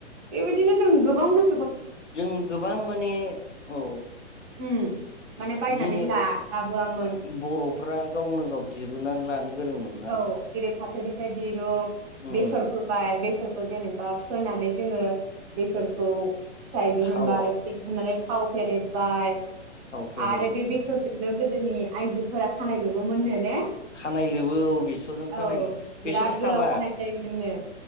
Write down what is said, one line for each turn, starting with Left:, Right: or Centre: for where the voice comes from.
Right: बेबायदिनो जों गोबां बु
Left: जों गोबां माने औ
Right: उम माने बायनानै
Left: जोङो
Right: ला लाबोआमोन
Left: बा बर'फ्रा गावनो गाव दिरुननानै लानो गोरोंमोन आरो
Right: औ जेरै फाथोनिफ्राय दिरुं
Left: उम
Right: बेसर फोबाय बेसर जेनेबा फोनानै जोङो बेसरखौ फिथाइ दिहुनबाइ
Left: थाव
Right: फिथाइ दिहुननानै थाव फेरेदबाय
Left: थाव फेरेद
Right: आरो बे बेसरजोंनो गोद जोंनि आइजोफोरा खानाय लोबोमोननो ने
Left: खानाय लोबो औ बेसरजों खानाय
Right: औ
Left: लोब
Right: बिराद
Left: बेसर साबा
Right: गोलाव खानाय जायोमोननो